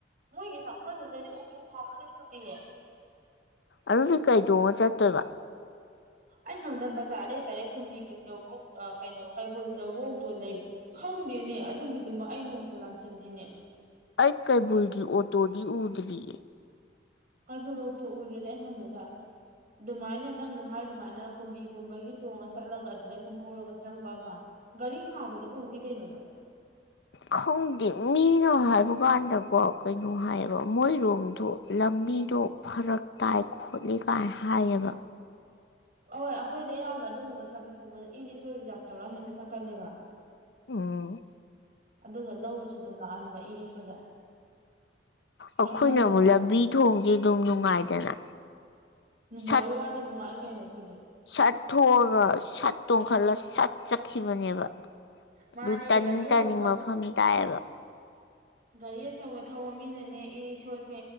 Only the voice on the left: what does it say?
ꯑꯗꯨꯗꯤ ꯀꯩ ꯇꯣꯡꯉ ꯆꯠꯇꯣꯏꯕ
ꯑꯩ ꯀꯩꯕꯨꯜꯒꯤ ꯑꯣꯇꯣꯗꯤ ꯎꯗ꯭ꯔꯤꯌꯦ
ꯈꯪꯗꯦ ꯃꯤꯅ ꯍꯥꯏꯕꯀꯥꯟꯗꯀꯣ ꯀꯩꯅꯣ ꯍꯥꯏꯌꯦꯕ ꯃꯣꯏꯔꯣꯝꯗꯣ ꯂꯝꯕꯤꯗꯣ ꯐꯔꯛ ꯇꯥꯏ ꯈꯣꯠꯂꯤ ꯀꯥꯏꯅ ꯍꯥꯏꯌꯦꯕ
ꯑꯣ
ꯑꯩꯈꯣꯏꯅ
ꯑꯃꯨꯛ
ꯂꯝꯕꯤ ꯊꯣꯡꯖꯦ ꯑꯗꯨꯝ ꯅꯨꯡꯉꯥꯏꯗꯅ
ꯁꯠ
ꯁꯠ ꯊꯣꯛꯑꯒ ꯁꯠ ꯇꯣꯡꯈꯠꯂ ꯁꯠ ꯆꯠꯈꯤꯕꯅꯦꯕ
ꯗꯨ ꯇꯥꯅꯤꯡ
ꯇꯥꯅꯤꯡ ꯃꯐꯝ ꯇꯥꯏꯌꯦꯕ